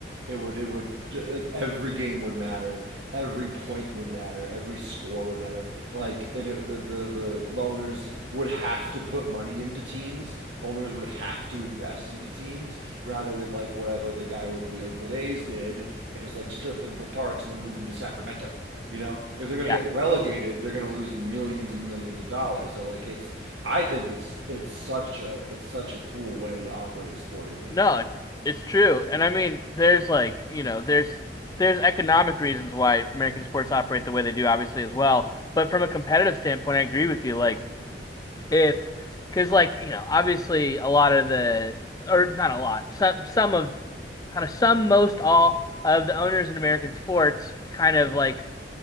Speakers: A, on the right; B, on the left.
A: it would it would like every game would matter every point would matter every score would matter like and it, the, the the loaners would have to put money into teams owners would have to invest into teams rather than like whatever the guy with the oakland a's did and just like strip them for parts and then move them to sacramento you know, if they're going
B: yeah.
A: to get relegated, they're going to lose millions and millions of dollars. So like it's I think it's it's such a it's such a cool way to operate a sporting league.
B: No, it's it's true. And I mean, there's like, you know, there's there's economic reasons why American sports operate the way they do, obviously, as well. But from a competitive standpoint, I agree with you. Like if because like you know obviously a lot of the or not a lot some some of kind of some most all of the owners in American sports kind of like